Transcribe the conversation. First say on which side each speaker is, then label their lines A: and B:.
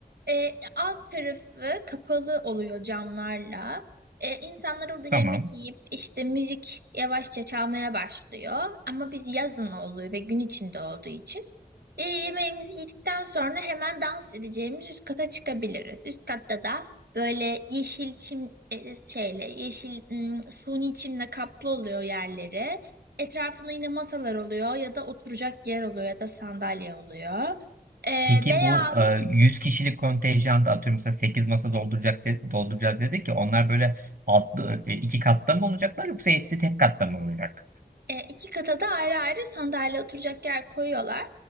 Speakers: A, on the right; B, on the right.
A: E, alt tarafı kapalı oluyor camlarla. E, insanlar orada yemek
B: Tamam.
A: yiyip işte müzik yavaşça çalmaya başlıyor. Ama biz yazın oluyor ve gün içinde olduğu için. E, yemeğimizi yedikten sonra hemen dans edeceğimiz üst kata çıkabiliriz. Üst katta da böyle yeşil çim e, şeyle yeşil mm, suni çimle kaplı oluyor yerleri. Etrafında yine masalar oluyor ya da oturacak yer oluyor ya da sandalye oluyor. E,
B: Peki
A: veya
B: bu e, 100 kişilik kontenjanda atıyorum mesela 8 masa dolduracak de, dolduracağız dedi ki onlar böyle altlı e, iki katta mı olacaklar yoksa hepsi tek katta mı olacak?
A: E, iki kata da ayrı ayrı sandalye oturacak yer koyuyorlar.